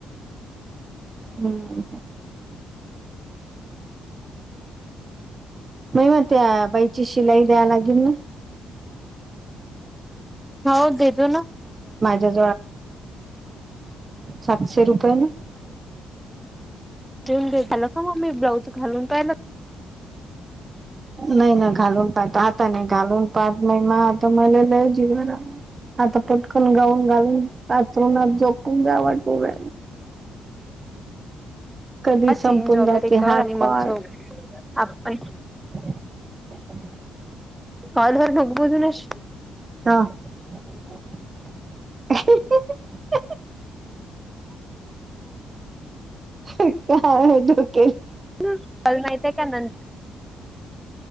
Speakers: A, on the right; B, in the centre.
A: हम्म म म त्या बाईची शिलाई द्याय लागेल ना
B: होौ देेतो ना
A: ज सातशे रुपये ना
B: घेऊन झालं का मग मी ब्लाऊज घालून पयला
A: नाही ना घालून पाात आता नाही घालून पाहात नाही म आता मला लवजी ब हता पटकन गाऊन घालून कचरुून झोपून जा्यावाटवला कधी
B: चेंज
A: संपून
B: वगैरे
A: जाते
B: कर
A: हा
B: आणि
A: कोण
B: मग झोप आपण
A: <inaudible>
B: हलवारण होगबोद न अश
A: हां कायल
B: ह कल माहिितय का नंत